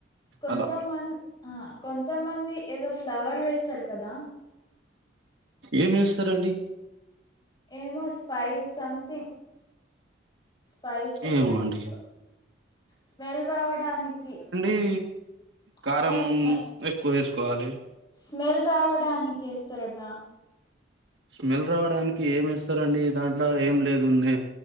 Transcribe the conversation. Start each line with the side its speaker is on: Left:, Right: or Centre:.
Left: కొంతమంద్
Right: అలా
Left: కొంతమంది ఏదో ఫ్లవర్ వేస్తారు కదా!
Right: ఏం వేస్తారండి
Left: ఏమో స్పై సంథింగ్ స్పైసీ
Right: ఏమో అండి
Left: స్పా స్మెల్ రావడానికి
Right: అీ కారం
Left: స్మెల్ స్మె
Right: ఎక్కువ ఎసుకోవాలి
Left: స్మెల్ రావడానికి ఎస్తారట
Right: స్మెల్ రావడానికి ఏం ఇస్తారండి దాంట్లో ఏం లేదునే